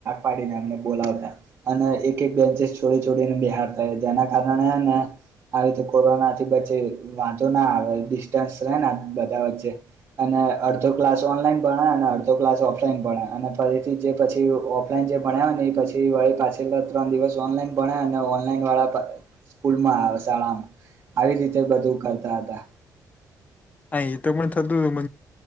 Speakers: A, on the right; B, on the left.
A: પાડીને અમને બોલાવતા અને એક એક બેન્ચસ છોડી છોડીને બિહારતા જેના કારણેને હેને આવી તો કોરોના થી પછી વાંધો ના આવે ડિસ્ટન્સ રહે ને બધા વચ્ચે અને અડધો ક્લાસ ઓનલાઈન ભણે અને અડધો ક્લાસ ઓફલાઈન ભણે અને ફરીથી જે પછી ઓફલાઈન જે ભણ્યા હોય ને એ પછી પાછલા ત્રણ દિવસ ઓનલાઈન ભણ્યા ઓનલાઈન વાળા પણ સ્કુ મા આવે શાળા આવી રીતે બધું કરતા હતા.
B: હા એતો પણ થતું હતું મ